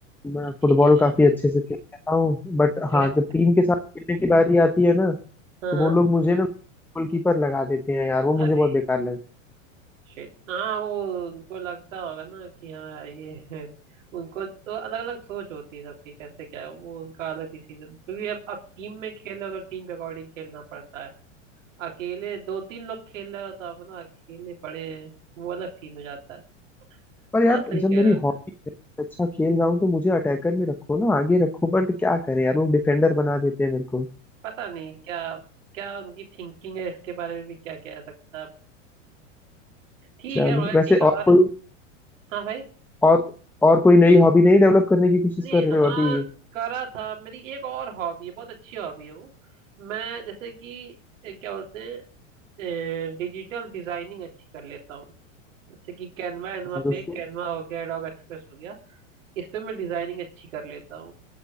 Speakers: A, in the centre; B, on the right.
A: मैं
B: अच्छी
A: फुटबॉल
B: चीज
A: काफी अच्छे से खेल लेता हूँ बट हाँ
B: है
A: जब टीम के साथ खेलने की बारी आती है ना
B: हाँ
A: तो
B: हाँ
A: वो लोग मुझे ना गोलकीपर लगा देते हैं यार वो मुझे
B: अरे
A: बहुत बेकार लगता है
B: शिट हाँ वो उनको लगता होगा ना कि हाँ ये <laughs> उनको तो अलग अलग सोच होती है सबकी कैसे क्या है वो उनका अलग डिसीजन क्योंकि अब अब टीम में खेल रहे हो तो टीम के अकॉर्डिंग खेलना पड़ता है अकेले दो तीन लोग खेल रहे हो तो आप ना अकेले पड़े हैं, वो अलग सीन हो जाता है
A: पर यार
B: बात सही कह
A: जब मेरी
B: रहे हो सर।
A: हॉबी है अच्छा खेल रहा हूँ तो मुझे अटैकर में रखो ना आगे रखो बट क्या करें यार वो डिफेंडर बना देते हैं मेरे को
B: पता नहीं क्या क्या उनकी थिंकिंग है इसके बारे में भी क्या कह सकता है आप। ठीक
A: चलो
B: है मगर
A: वैसे
B: ठीक है
A: और
B: और
A: कोई
B: हाँ भाई
A: और और कोई नई हॉबी नहीं डेवलप करने की कोशिश
B: नहीं
A: कर रहे
B: हाँ
A: हो अभी
B: करा था मेरी एक और हॉबी है बहुत अच्छी हॉबी है वो मैं जैसे कि ए, क्या बोलते हैं डिजिटल डिजाइनिंग अच्छी कर लेता हूँ जैसे कि कैनवा एनवा
A: अच्छा तो
B: पे
A: उसको
B: कैनवा हो गया एडोब एक्सप्रेस हो गया इस पे मैं डिजाइनिंग अच्छी कर लेता हूँ